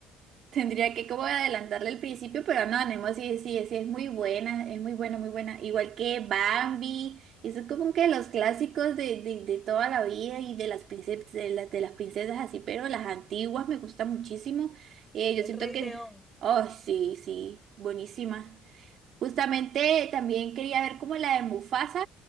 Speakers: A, on the right; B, in the centre.
A: Tendría que como adelantarle al principio, pero no, Nemo sí, sí, sí, es muy buena, es muy buena, muy buena. Igual que Bambi, eso es como que los clásicos de, de, de toda la vida y de las princesas, de las, de las princesas así, pero las antiguas me gustan muchísimo. Eh, yo
B: El
A: siento
B: Rey
A: que,
B: León.
A: oh, sí, sí, buenísima. Justamente también quería ver como la de Mufasa